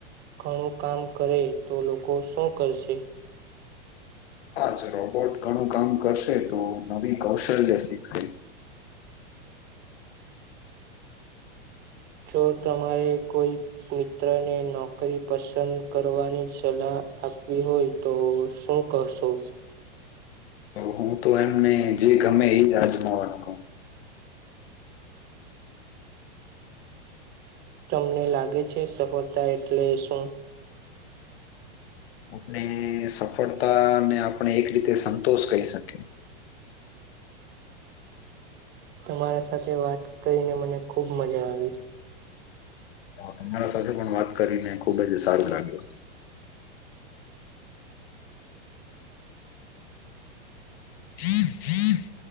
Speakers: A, on the right (about 30°); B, on the left (about 70°).
A: ઘણું કામ કરે તો લોકો શું કરશે
B: હાજ રોબોટ ઘણું કામ કરશે તો નવી કૌશલ્ય શીખશે <inaudible>
A: જો તમારે કોઈ મિત્ર ને નોકરી પસંદ કરવાની સલાહ આપવી હોય તો શું કહશો
B: તો હું તો એમને જે ગમે એ અજમાવાનું કહું
A: તમને લાગે છે સફળતા એટલે શું?
B: આપણે સફળતા ને આપણે એક રીતે સંતોષ કહી શકીએ
A: હ <inaudible> તમારા સાથે વાત કરીને મને ખૂબ મજા આવી
B: તમારા સાથે પણ વાત કરીને ખુબ જ સારું લાગ્યો હી જી <inaudible>